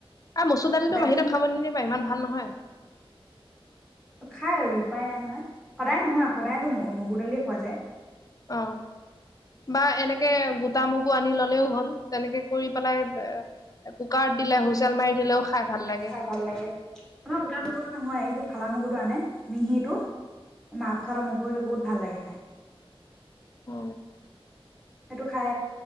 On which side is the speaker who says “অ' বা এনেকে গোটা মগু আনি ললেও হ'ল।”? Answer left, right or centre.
Left